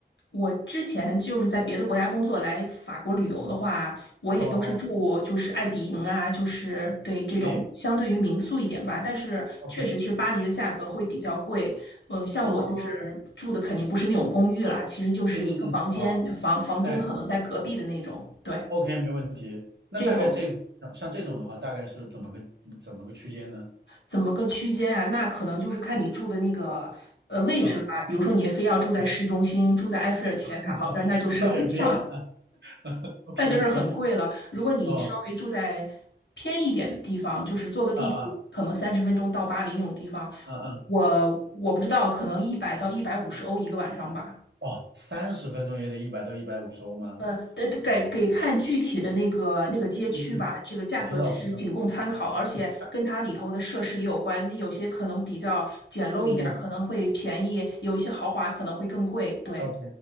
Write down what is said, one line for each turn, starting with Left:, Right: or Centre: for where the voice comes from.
Left: 我之前就是在别的国家工作，来法国旅游的话，我也都是住就是爱比营啊，
Right: 哦哦，
Left: 就是对这种相对于民宿一点吧，
Right: 哎
Left: 但是确实是巴黎的价格会比较贵。
Right: ，OK，
Left: 嗯，像我就是住的肯定不是那种公寓啦，
Right: 哦，
Left: 其实就是一个房间，
Right: 嗯嗯嗯，好，
Left: 房房东可能在隔壁的那种。
Right: 哎
Left: 对，
Right: ，OK，没问题。那大概这种像像这种的话，
Left: 这种
Right: 大概是怎么个怎么个区间呢？
Left: 怎么个区间啊？那可能就是看你住的那个。呃，位置吧，
Right: 嗯
Left: 比如说你非要住在市中心，
Right: ，OK，
Left: 住在埃菲尔铁塔旁边，
Right: <laughs>
Left: 那就是非常
Right: 倒也没有 <laughs>，OK
Left: 那就是很贵了。
Right: OK，
Left: 如果你稍微住在偏一点的地方，
Right: 哦，
Left: 就是坐个地铁，
Right: 啊啊，
Left: 可能三十分钟到巴黎那种地方，
Right: 嗯嗯，
Left: 我我不知道，可能一百到一百五十欧一个晚上吧。
Right: 哦，三十分钟也得一百到一百五十欧吗？
Left: 呃，得得给给看具体的那个那个街区吧，
Right: 哦嗯嗯，
Left: 这个价格只是仅供参考，
Right: 我知道，我知道，
Left: 而且跟它里头的设施也有关，
Right: 对，
Left: 有些可能比较简陋一点儿，
Right: 嗯嗯。
Left: 可能会便宜，有一些豪华可能会更贵。对，
Right: OK，